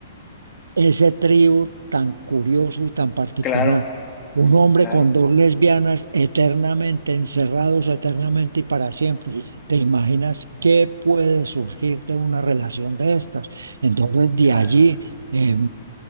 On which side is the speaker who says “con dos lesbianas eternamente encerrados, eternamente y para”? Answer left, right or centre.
Right